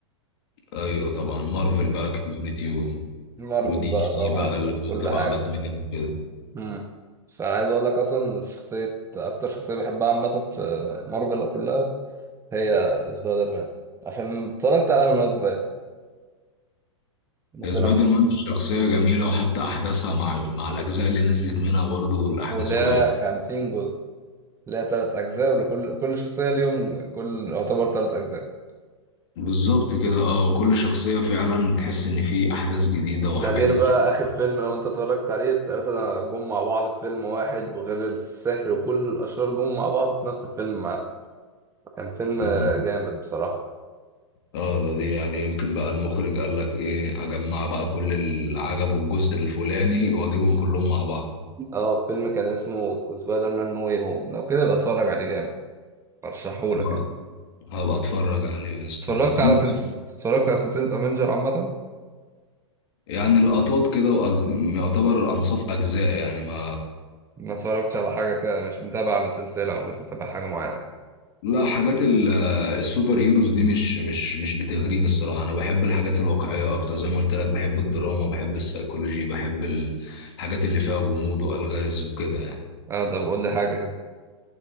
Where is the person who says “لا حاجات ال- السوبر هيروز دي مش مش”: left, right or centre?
Left